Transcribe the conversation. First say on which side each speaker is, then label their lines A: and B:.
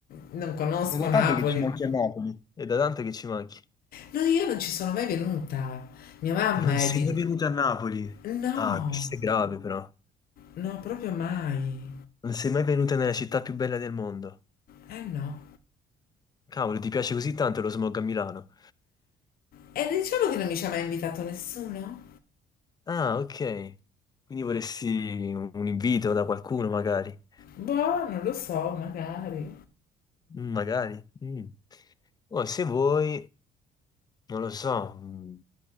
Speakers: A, on the left; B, on the left.
A: non conosco
B: Ma È da
A: Napoli.
B: tanto che ci manchi a Napoli. È da tanto che ci manchi.
A: No, io non ci sono mai venuta. Mia mamma
B: Non sei
A: è di...
B: mai venuto a Napoli?
A: No,
B: Ah, questo è grave però.
A: no, proprio mai.
B: Non sei mai venuto nella città più bella del mondo.
A: Eh no.
B: Cavolo, ti piace così tanto lo smog a Milano?
A: E diciamo che non mi ci ha mai invitato nessuno?
B: Ah, ok. Quindi vorresti un un invito da qualcuno, magari.
A: Boh, non lo so, magari.
B: Mm, Magari. Mm. O se vuoi, non lo so, mm,